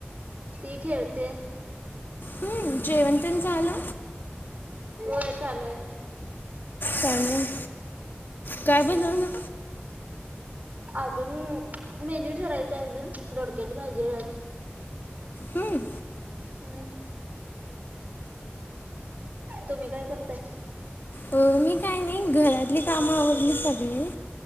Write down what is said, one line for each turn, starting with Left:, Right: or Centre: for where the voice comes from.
Right: ती खेळते
Left: हम्म जयवंतन झा आलं
Right: होय चालू आहे
Left: चालेल काय
Right: होय.
Left: बन ना
Right: अजून मेन्यू ठरायचं अजून ोडक्याची भाजी
Left: हम
Right: हम्म. तुम्ही काय करताय
Left: अ मी काय नाही घरातली कामं आवडली सगळे